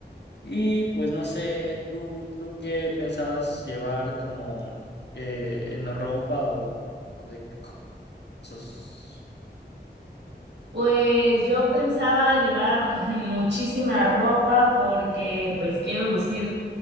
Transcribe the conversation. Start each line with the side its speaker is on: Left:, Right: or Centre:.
Left: y pues no sé, tú, tú qué pensabas llevar como eh, en ropa o de cosas.
Right: Pues yo pensaba llevar <laughs> muchísima ropa porque pues quiero lucir